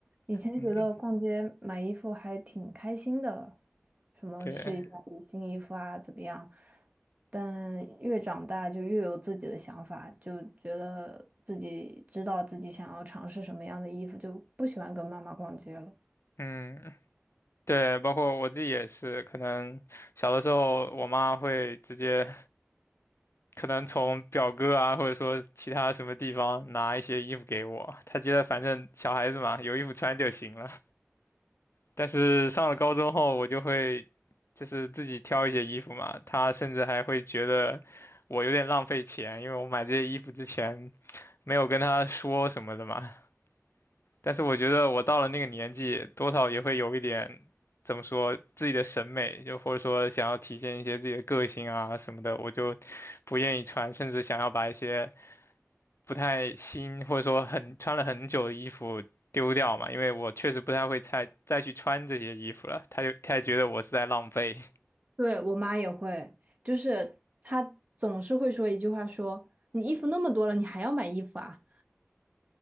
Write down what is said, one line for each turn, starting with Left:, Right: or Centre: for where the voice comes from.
Right: 以前觉得逛街买衣服还挺开心的，
Left: 嗯，
Right: 什么试一下底新衣服啊，
Left: 对，
Right: 怎么样？但越长大就越有自己的想法，就觉得自己知道自己想要尝试什么样的衣服，就不喜欢跟妈妈逛街了。
Left: 嗯，对，包括我自己也是，可能小的时候我妈会直接，可能从表哥啊，或者说其他什么地方拿一些衣服给我，她觉得反正小孩子嘛，有衣服穿就行了。但是上了高中后，我就会就是自己挑一些衣服嘛，她甚至还会觉得我有点浪费钱，因为我买这些衣服之前。没有跟他说什么的嘛。但是我觉得我到了那个年纪，多少也会有一点，怎么说，自己的审美，就或者说想要体现一些自己的个性啊什么的，我就不愿意穿，甚至想要把一些不太新或者说很穿了很久的衣服丢掉嘛，因为我确实不太会再再去穿这些衣服了，他就他也觉得我是在浪费，
Right: 对，我妈也会，就是她总是会说一句话说，你衣服那么多了，你还要买衣服啊？